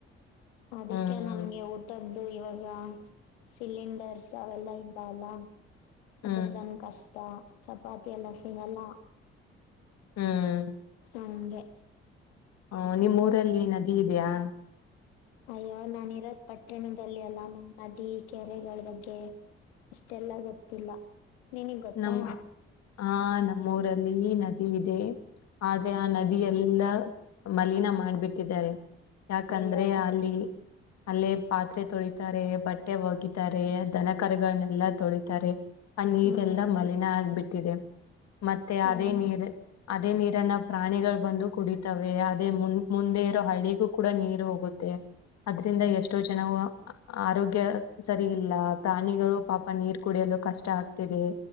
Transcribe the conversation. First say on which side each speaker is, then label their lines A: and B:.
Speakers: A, on the left; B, on the left.
A: ಅದಕ್ಕೆ
B: ಹ್ಮ್
A: ನಮ್ಗೆ ಊಟದ್ದ. ಇವಾಗ ಸಿಲಿಂಡರ್ಸ್ ಅವೆಲ್ಲಾ ಇದ್ದ ಅಲ್ಲ.
B: ಹ್ಮ್
A: ಅದರದಾನ ಕಸ್. ಚಪಾತಿ ಎಲ್ಲ ಸಿಗಲ್ಲ.
B: ಹ್ಮ್.
A: ಹಂಗೆ.
B: ಹ ನಿಮ್ಮ್ ಊರಲ್ಲಿ ನದಿ ಇದೆಯಾ.
A: ಅಯ್ಯೋ ನಾನ ಇರೋದ್ ಪಟ್ಟಣದಲ್ಲಿ ಅಲ್ಲ ನಮ್ಮ್ ನದಿ ಕೆರೆಗಳ ಬಗ್ಗೆ ಅಷ್ಟೆಲ್ಲ ಗೊತ್ತಿಲ್ಲ. ನಿನಗ್ ಗೊತ್ತಾ
B: ನಮ ಹಾ ನ. ಮೂರಲ್ಲಿ ನದಿ ಇದೆ ಆದ್ರೆ ಆ ನದಿ ಎಲ್ಲಾ ಮಲಿನ ಮಾಡ್ಬಿಟ್ಟಿದ್ದಾರೆ. ಯಾಕಂದ್ರೆ
A: ಅಯ್ಯೋ
B: ಅಲ್ಲಿ ಅಲ್ಲೇ ಪಾತ್ರೆ ತೊಳಿತಾರೆ ಬಟ್ಟೆ ಹೋಗಿ. ದನ ಕರೆಗಳನೆೆಲ್ಲ ತೊಳಿತಾರೆ.
A: ಹ್ಮ್
B: ಎಲ್ಲ ಮಲಿನ ಆಗ್ಬಿಟ್ಟು. ತಿದೆ. ಮತ್ತೆ
A: ಹ್ಮ್
B: ಅದೇ ನೀರೇ. ಅದೇ ನೀರನ್ನ ಪ್ರಾಣಿಗಳು ಬಂದು ಕುಡಿತವೆ ಅದೇ ಮುನ್ ಮುಂದೆ ಇರೋ ಹಳ್ಳಿಗೂ ಕೂಡ ನೀರು ಹೋಗುತ್ತೆ ಅದ್ರಿಂದ ಎಷ್ಟೋ ಜನವು ಆರೋಗ್ಯ ಸರಿ ಇಲ್ಲ. ಪ್ರಾಣಿಗಳು ಪಾಪ ನೀರು. ಕುಡಿಯಲು ಕಷ್ಟ ಆಗ್ತ. ತಿದೆ.